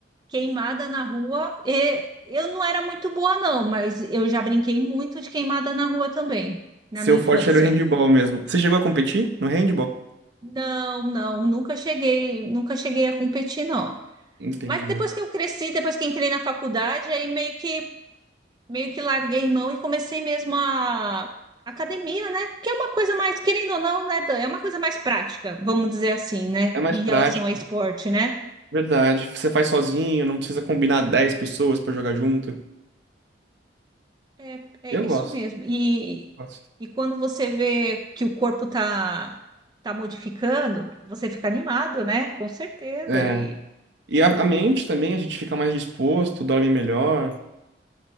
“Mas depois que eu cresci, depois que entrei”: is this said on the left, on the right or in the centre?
Right